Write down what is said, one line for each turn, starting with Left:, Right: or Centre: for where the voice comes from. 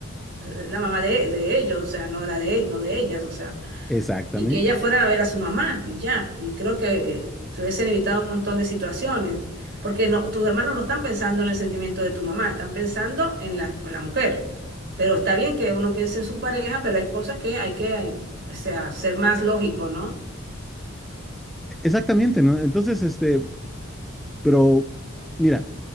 Right: es la mamá de, de ellos, o sea, no la de, no de ellas, o sea,
Centre: exactamente,
Right: y que ellas fueran a ver a su mamá y ya, y creo que eh, se hubiesen evitado un montón de situaciones, porque no, tus hermanos no están pensando en el sentimiento de tu mamá, están pensando en la, en la mujer, pero está bien que uno piense en su pareja, pero hay cosas que hay que, eh, o sea, ser más lógico, ¿no?
Centre: exactamente, ¿no? Entonces, este, pero mira,